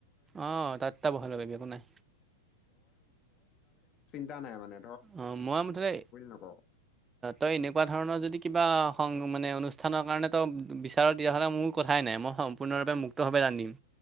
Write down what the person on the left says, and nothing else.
থ এটা নাই মানে
নকওঁ